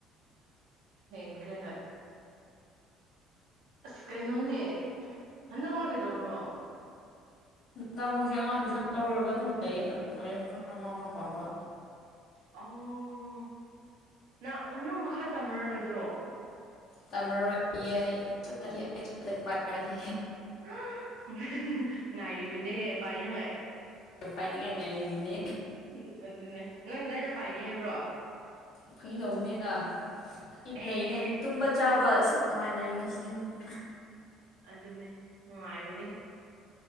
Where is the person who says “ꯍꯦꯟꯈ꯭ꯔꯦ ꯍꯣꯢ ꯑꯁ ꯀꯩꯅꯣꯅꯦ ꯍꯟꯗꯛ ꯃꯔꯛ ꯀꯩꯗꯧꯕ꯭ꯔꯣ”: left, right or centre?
Right